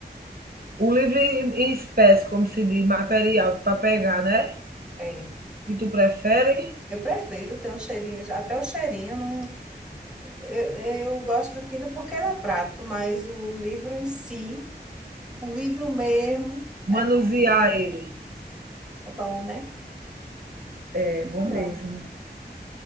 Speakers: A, on the right; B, in the centre.
A: O livro em em espécie, como se diz, material para pegar, né?
B: É.
A: Que tu prefere?
B: Eu prefiro ter um cheirinho, até o cheirinho. Não, eu, eu gosto do Kindle porque ele é prático, mas o livro em si, o livro mesmo,
A: manusear
B: é,
A: ele.
B: é bom, né?
A: É
B: melhor.
A: bom mesmo.